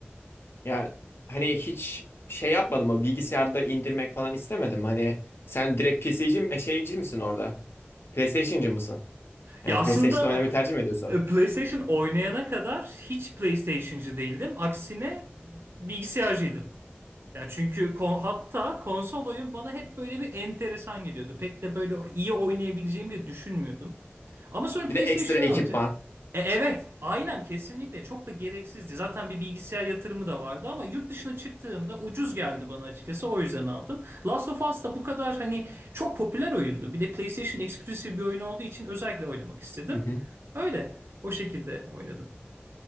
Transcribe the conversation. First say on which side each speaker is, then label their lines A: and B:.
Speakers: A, on the left; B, on the right.
A: Ya hani hiç şey yapmadın mı? Bilgisayarda indirmek falan istemedim. Hani sen direkt PC'ci mi, e, şeyci misin orada? PlayStation'cı mısın? Yani
B: Ya aslında
A: PlayStation oynamayı tercih mi ediyorsun?
B: e, PlayStation oynayana kadar hiç PlayStation'cı değildim. Aksine bilgisayarcıydım. Ya çünkü kon- hatta konsol oyun bana hep böyle bir enteresan geliyordu. Pek de böyle iyi oynayabileceğimi de düşünmüyordum. Ama sonra
A: Bir
B: PlayStation'ı
A: de ekstra ekipman.
B: alınca e, evet aynen kesinlikle çok da gereksizdi. Zaten bir bilgisayar yatırımı da vardı ama yurt dışına çıktığımda ucuz geldi bana açıkçası o yüzden aldım. Last of Us da bu kadar hani çok popüler oyundu. Bir de PlayStation eksklusif bir oyun olduğu için özellikle oynamak istedim.
A: Hı hı.
B: Öyle o şekilde oynadım.